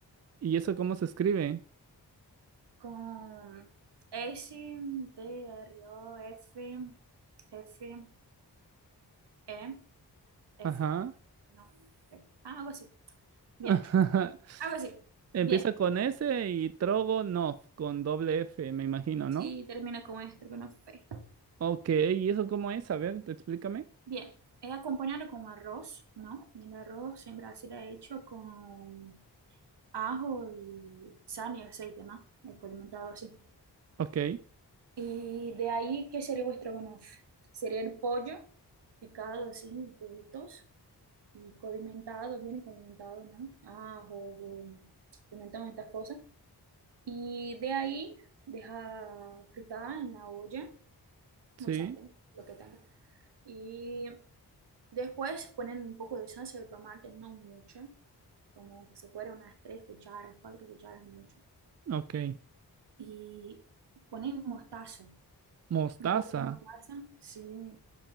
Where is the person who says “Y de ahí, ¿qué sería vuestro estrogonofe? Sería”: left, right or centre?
Right